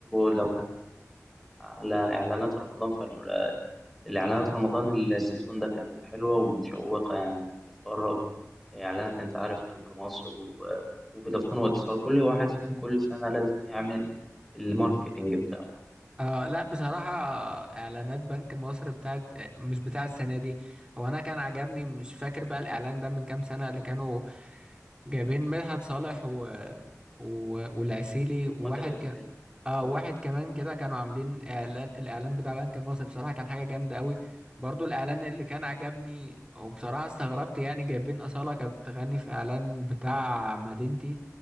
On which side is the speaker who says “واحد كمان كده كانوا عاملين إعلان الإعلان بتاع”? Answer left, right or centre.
Right